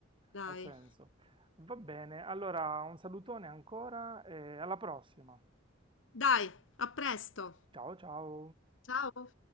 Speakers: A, on the left (about 75°); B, on the right (about 25°).
A: Dai,
B: ha senso. Va bene, allora un salutone ancora e alla prossima.
A: dai, a presto.
B: Ciao ciao.
A: Ciao.